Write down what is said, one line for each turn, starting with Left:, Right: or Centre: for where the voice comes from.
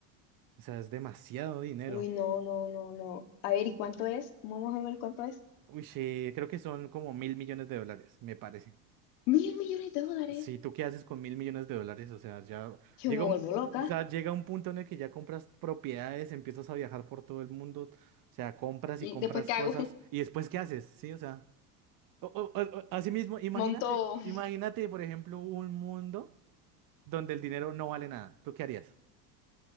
Right: o sea, es demasiado dinero.
Left: Uy, no, no, no, no. A ver, ¿y cuánto es? Vamos a ver cuánto es.
Right: Uy, sí, creo que son como mil millones de dólares, me parece.
Left: Mil millones de dólares.
Right: Sí, ¿tú qué haces con mil millones de dólares? O sea, ya
Left: Yo
Right: llega
Left: me vuelvo
Right: un,
Left: loca.
Right: o sea, llega un punto en el que ya compras propiedades, empiezas a viajar por todo el mundo, o sea, compras
Left: ¿Y
Right: y compras
Left: después qué
Right: cosas,
Left: hago? <laughs>
Right: y después ¿qué haces? Sí, o sea, o- o- o- o- así mismo, imagínate,
Left: Monto.
Right: imagínate, por ejemplo, un mundo donde el dinero no vale nada. ¿Tú qué harías?